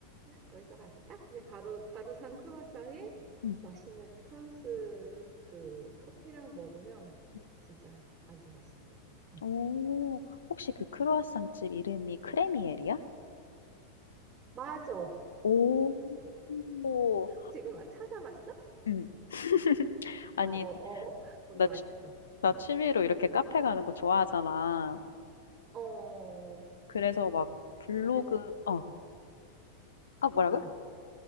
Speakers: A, on the right (about 25°); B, on the left (about 65°).
A: 거기서 가서 딱 이제 바로 바로 산 크로와상에
B: 응
A: 맛있는 프랑스 그 커피랑 먹으면
B: 응
A: 진짜 완전 맛있어. 응.
B: 오. 혹시 그 크루아상 집 이름이 크레미엘이야?
A: 맞아.
B: 오. 오.
A: 지금 막 찾아봤어?
B: 응 <laughs> 아니
A: 어, 어, 어. 거기
B: 나진
A: 맛있어.
B: 나
A: 어,
B: 취미로 이렇게 카페 가는 거 좋아하잖아.
A: 어.
B: 그래서 막 블로그,
A: 근데 어,
B: 어, 아, 뭐라고?
A: 어, 어.